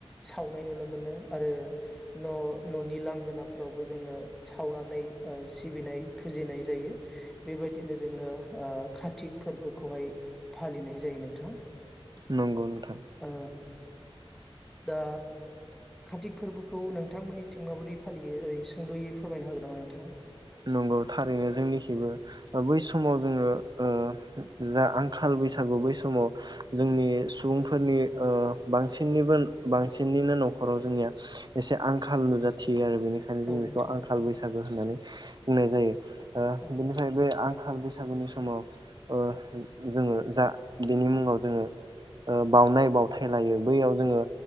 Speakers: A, in the centre; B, on the right.
A: सावनाय नुनो मोनो आरो न' न'नि लां लांगोनाफोरावबो जोङो सावनानै ओ सिबिनाय फुजिनाय जायो बेबायदिनो जोङो ओ ओ काथिक फोरबोखौ हाय फालिनाय जायो नोंथां।
B: नंगौ नोंथां
A: ओ दा कार्तिक फोरबोखौ नोंथांमोननिथिं माबायै फालियो ओरै सुंद'यै फोरमायनो होगोन नामा नोंथांङा?
B: नंगौ थारैनो जोंनिखिबो ओ बै समाव जोंङो ओ जा आंखाल बैसागु बै समाव जोंनि सुबुंफोरनि ओ बांसिननिबो बांसिननिनो न'खराव जोंनिया एसे आंखाल नुजाथियो आरो। बेनिखायनो जों
A: औ
B: बेखौ
A: नोंथां
B: आंखाल बैसागु होननानै बुंनाय जायो ओ
A: औ
B: बेनिफ्राय बे आंखाल बै बैसागुनि समाव ओ जोंङो जा बेनि मुंङाव जोङो ओ बावनाय बावथाय लायो बैयाव जोंङो